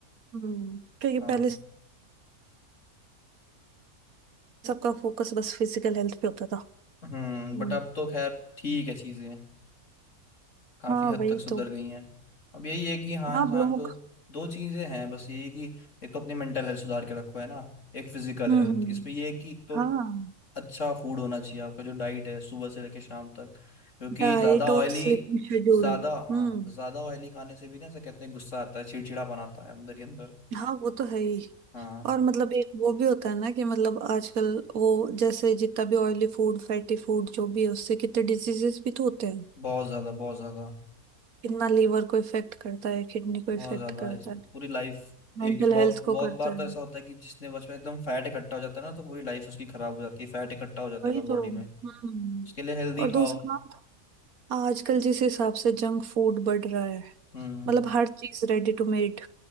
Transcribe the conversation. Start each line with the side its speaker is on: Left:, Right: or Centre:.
Right: हम्म क्योंकि
Left: हाँ
Right: पहले सबका फोकस बस फिजिकल हेल्थ पे होता था
Left: हम्म
Right: हम्म
Left: बट अब तो खैर ठीक है चीज़ें काफ़ी
Right: हाँ
Left: हद
Right: वही
Left: तक सुधर
Right: तो
Left: गई हैं अब यही है कि हाँ
Right: हाँ
Left: इंसान
Right: अब लोग
Left: को दो चीज़ें हैं बस यही कि एक तो अपनी मेंटल हेल्थ सुधार के रखो है ना एक फिजिकल
Right: हम्म
Left: हेल्थ
Right: हम्म
Left: इसमें ये है कि एक तो
Right: हाँ
Left: अच्छा फूड होना चाहिए आपका जो डाइट है सुबह से लेकर शाम तक क्योंकि
Right: डाइट
Left: ज़्यादा
Right: और
Left: ऑयली
Right: स्लीपिंग शेड्यूल
Left: ज़्यादा हाँ
Right: हम्म
Left: ज़्यादा ऑयली खाने से भी ना ऐसा कहते हैं गुस्सा आता है चिड़चिड़ापन आता है अंदर ही अंदर
Right: हाँ वो तो है ही
Left: हाँ
Right: और मतलब एक वो भी होता है ना कि मतलब आजकल वो जैसे जितना भी ऑयली फूड फैटी फूड जो भी है उससे कितने डिजीजेस भी तो होते हैं
Left: बहुत ज़्यादा बहुत ज़्यादा
Right: कितना लीवर को इफेक्ट करता है किडनी को
Left: बहुत
Right: इफेक्ट
Left: ज्यादा
Right: करता
Left: इसमें
Right: है
Left: पूरी लाइफ
Right: मेंटल
Left: एक बहुत
Right: हेल्थ को
Left: बहुत
Right: करता
Left: बार
Right: है
Left: तो ऐसा होता है कि जिसने बचपन में एकदम फैट इकट्ठा हो जाता है ना तो पूरी लाइफ उसकी खराब हो जाती है फैट इकट्ठा हो जाता
Right: वही
Left: है एक बार बॉडी
Right: तो
Left: में
Right: हम्म
Left: उसके लिए हेल्दी
Right: और
Left: खाओ
Right: दूसरी बात आजकल जिस हिसाब से जंक फूड बढ़ रहा है
Left: हम्म
Right: मतलब हर चीज रेडी टू मेड